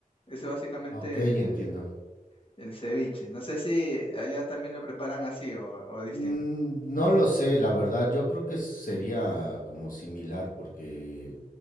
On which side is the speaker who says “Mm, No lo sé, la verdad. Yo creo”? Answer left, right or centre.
Left